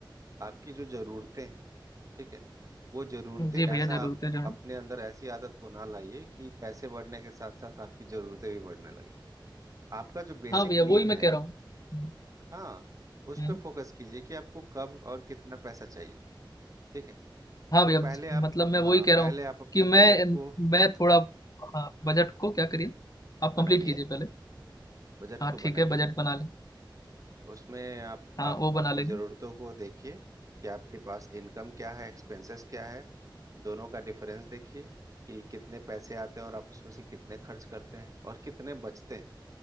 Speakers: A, on the right; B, on the left.
A: आपकी जो जरूरतें हैं ठीक है वो जरूरतें
B: जी
A: ऐसा
B: भैया जरूरतें
A: आप
B: जो है
A: अपने अंदर ऐसी आदत को ना लाइए कि पैसे बढ़ने के साथ साथ आपकी जरूरतें भी बढ़ने लगे आपका जो बेसिक
B: हाँ भैया
A: नीड
B: वही मैं
A: है
B: कह रहा हूँ हम्म,
A: हाँ उस
B: हम्म।
A: पे फोकस कीजिए कि आपको कब और कितना पैसा चाहिए ठीक है
B: हाँ
A: तो
B: भैया
A: पहले आप
B: मतलब मैं
A: हाँ
B: वही कह
A: पहले
B: रहा हूँ
A: आप अपने
B: कि मैं
A: बजट को
B: मैं थोड़ा हाँ, बजट को क्या करिए आप
A: बनाइए
B: कंप्लीट कीजिए पहले
A: बजट
B: हाँ
A: को
B: ठीक
A: बनाइए
B: है बजट बना लें
A: उसमें आप
B: हाँ
A: आप
B: वो बना
A: अपनी
B: लेंगे
A: जरूरतों को देखिए कि आपके पास इनकम क्या है एक्सपेंसेस क्या है दोनों का डिफरेंस देखिए कि कितने पैसे आते हैं और आप उसमें से कितने खर्च करते हैं और कितने बचते हैं